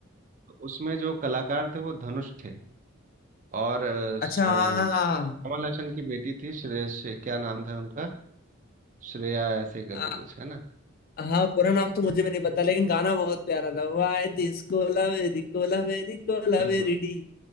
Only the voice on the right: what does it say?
तो उसमें जो कलाकार थे वो धनुष थे और अ, स-
अ,
कमल हसन की बेटी थी श्रेय श्रे- क्या नाम था उनका श्रेया ऐसे ही करके
कुछ है ना
बिल्कुल